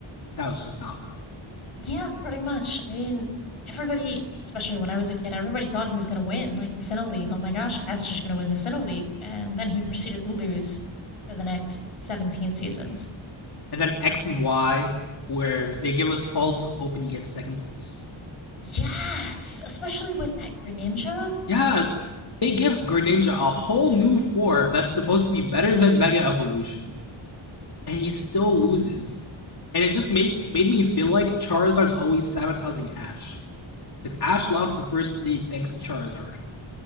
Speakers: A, on the left; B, on the left.
A: That was just not fair.
B: Yeah, pretty much. I mean, everybody, especially when I was a kid, everybody thought he was going to win, like the Sinnoh League. Oh my gosh, Ash is going to win the Sinnoh League. And then he proceeded to lose for the next 17 seasons.
A: And then X and Y, where they give us false hope and he gets second place.
B: Yes, especially with that Greninja.
A: Yes, they give Greninja a whole new form that's supposed to be better than Mega Evolution, and he still loses. And it just made made me feel like Charizard's always sabotaging Ash. Because Ash lost the first league thanks to Charizard,